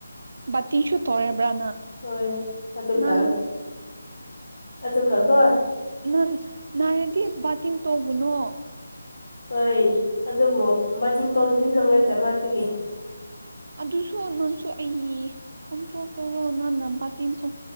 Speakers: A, on the right; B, on the left.
A: ꯕꯥꯇꯤꯟ ꯁꯨ ꯇꯧꯔꯕꯔꯥ
B: ꯍꯣꯏ ꯑꯗꯨꯒ
A: ꯅꯪ
B: ꯑꯗꯨꯒꯀꯣ
A: ꯅꯪ ꯅꯥꯏꯔꯗꯤ ꯕꯥꯇꯤꯡ ꯇꯧꯒꯨꯅꯣ
B: ꯍꯣꯏ ꯑꯗꯨꯕꯨ ꯕꯥꯇꯤꯟ ꯇꯧꯗꯨꯗꯤ ꯅꯨꯡꯉꯥꯏꯇꯕ ꯑꯗꯨꯒꯤ
A: ꯑꯗꯨꯁꯨ ꯅꯪꯁꯨ ꯑꯩꯒꯤ ꯀꯟꯇ꯭ꯔꯣꯜ ꯇꯧꯔꯣ ꯅꯪꯅ ꯕꯥꯇꯤꯟꯁꯨꯣ